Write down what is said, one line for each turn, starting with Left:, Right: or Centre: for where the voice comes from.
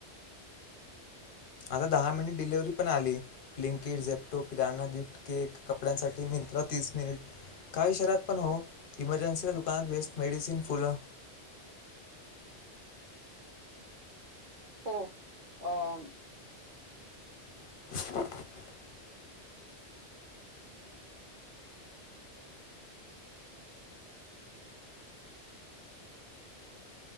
Left: आता दहा मिनिट डिलिव्हरी पण आली लिंकिड झेपटो किराना गिफ्ट केक कपड्यांसाठी मिन्त्रा तीस मिनिट काही शहरात पण हो इमर्जन्सीच्या दुकानात बेस मेडिसिन फुलं
Right: <inaudible> हो अं
Left: <inaudible>